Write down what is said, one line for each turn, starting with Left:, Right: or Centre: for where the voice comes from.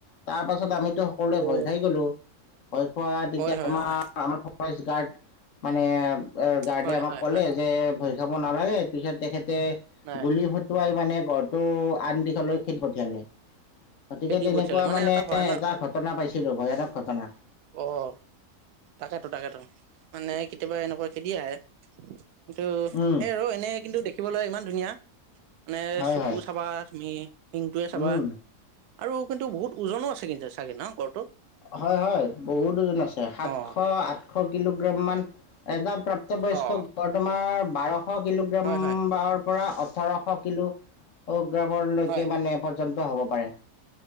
Left: তাৰপাছত আমি সকলোৱে
Right: অ
Left: ভয় খাই গলো ভয় খোৱা তেতিয়া
Right: হয় হয়
Left: আমাৰ
Right: হয়
Left: আমাৰ গাৰ্ড মানে গাৰ্ডে
Right: হয়
Left: আমাক
Right: হয়
Left: কলে
Right: হয়
Left: যে ভয় খাব নালাগে পিছত তেখেতে
Right: নাই
Left: গুলি মানে ঘৰটো আন দিশলৈ খেদি পঠিয়ালে। গতিকে
Right: খেদি
Left: তেনেকুৱা
Right: পঠিয়ালে
Left: মানে
Right: ভয়ানক
Left: এটা ঘটনা পাইছিলো ভয়ানক ঘটনা ।
Right: অ তাকেতো তাকেতো মানে কেতিয়াবা এনেকুৱা খেদি আহে । কিন্তু
Left: উম
Right: সেই আৰু এনে কিন্তু দেখিবলৈ ইমান ধুনীয়া। মানে
Left: হয়
Right: চকু
Left: হয়
Right: চাবা তুমি শিংটোৱে চাবা
Left: উম
Right: আৰু কিন্তু বহুত ওজনো আছে কিন্তু। চাগে ন গড়টো
Left: হয় হয় বহুত দুজন আছে সাতশ
Right: অ
Left: আঠ এশ কিলোগ্ৰাম মান এটা প্ৰাপ্তবয়স্ক
Right: অ
Left: বৰ্তমাৰ বাৰ কিলোগ্ৰামৰ
Right: হয় হয়
Left: পৰা ওঠৰশ কিলো গ্ৰামৰলৈকে
Right: হয়
Left: মানে পৰ্যন্ত হ'ব পাৰে।